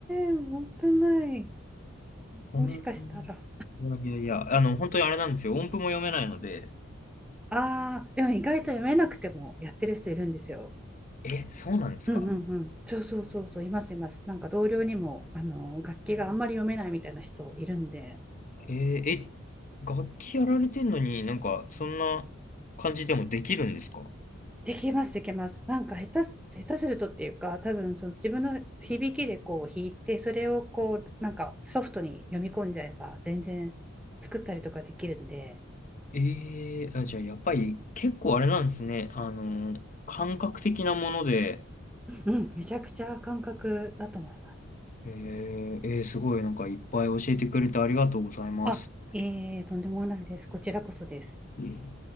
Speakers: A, in the centre; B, on the left (about 40°).
A: ー、もったいない。
B: うん
A: もしかしたら。
B: いやいやいや、あの、本当にあれなんですよ。音符も読めないので。
A: ああ、でも意外と読めなくてもやってる人いるんですよ。
B: え、そうなんですか
A: うんうんうん。そうそうそうそう、いますいます。なんか同僚にも、あの、楽器があんまり読めないみたいな人いるんで、
B: え、え、楽器やられてんのになんか、そんな感じでもできるんですか
A: できます、できます。なんか下手す、下手するとっていうか、多分その自分の響きでこう弾いて、それをこう、なんかソフトに読み込んじゃえば、全然作ったりとかできるんで、
B: ええあ、じゃあやっぱり結構あれなんですね。あの、感覚的なもので、
A: うん、めちゃくちゃ感覚だと思います。
B: えーえーすごいなんかいっぱい教えてくれてありがとうございます。
A: あ、えー、とんでもないです。こちらこそです。
B: えー